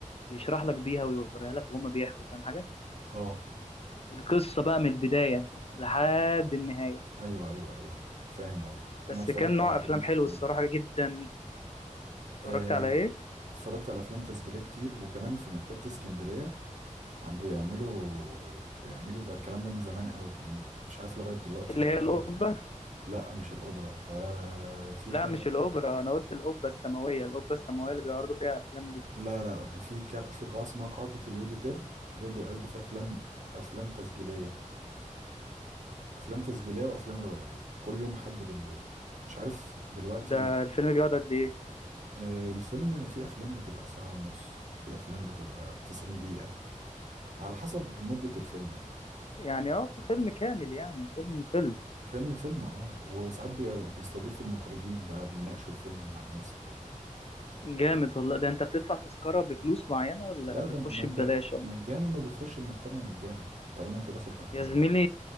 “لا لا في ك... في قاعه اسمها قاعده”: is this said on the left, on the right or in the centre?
Right